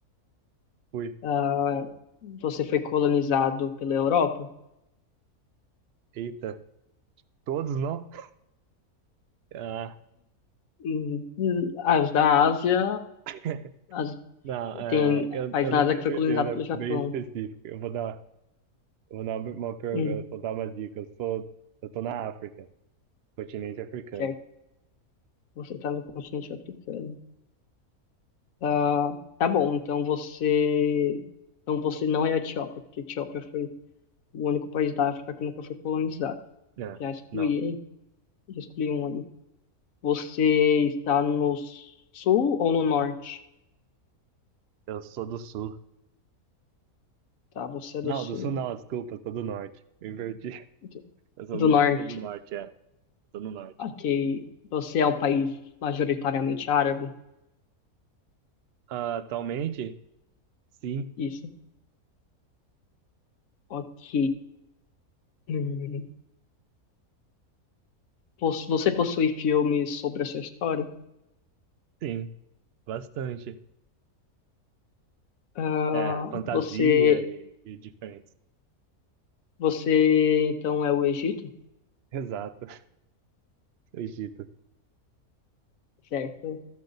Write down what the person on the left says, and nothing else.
Ah, você foi colonizado pela Europa?
Hum, hum, Ah, os da Ásia,
as-
tem
país
na
Ásia
que
foi colonizado pelo
Japão.
Hum,
certo. Você está no continente africano. Ah, tá bom, então você, então você não é a Etiópia, porque a Etiópia foi o único país da África que nunca foi colonizado.
Já excluí,
já excluí um aí. Você está no sul ou no norte?
Tá, você é do
sul.
Do
do
norte.
Ok. Você é um país majoritariamente árabe?
Isso. Ok. Hum. Pos- Você possui filmes sobre a sua história?
Ah,
você,
você então é o Egito?
Certo.